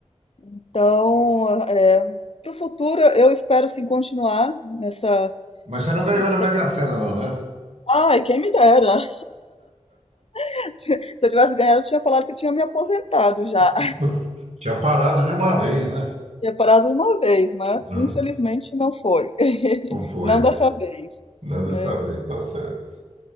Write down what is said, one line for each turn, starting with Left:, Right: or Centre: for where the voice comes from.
Left: Então, é, para o futuro, eu espero sim continuar nessa,
Right: Mas você não ganhou
Left: nessa...
Right: na Mega Sena, não, né?
Left: Ai, quem me dera! <laughs> Se eu tivesse ganhado, eu tinha falado que eu tinha me aposentado já.
Right: <laughs> Tinha parado de uma vez, né?
Left: Tinha parado uma vez, mas
Right: Hum,
Left: infelizmente não foi. <laughs>
Right: Não foi,
Left: Não dessa vez.
Right: né? Dessa
Left: né?
Right: vez, tá certo.